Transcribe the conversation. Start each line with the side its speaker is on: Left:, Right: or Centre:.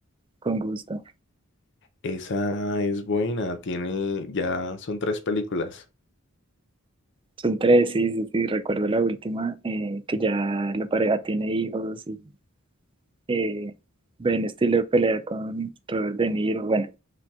Right: con gusto.
Left: Esa es buena, tiene, ya son tres películas.
Right: Son tres, sí, sí, sí, recuerdo la última, eh, que ya la pareja tiene hijos y eh, Ben Stiller pelea con Robert De Niro, bueno.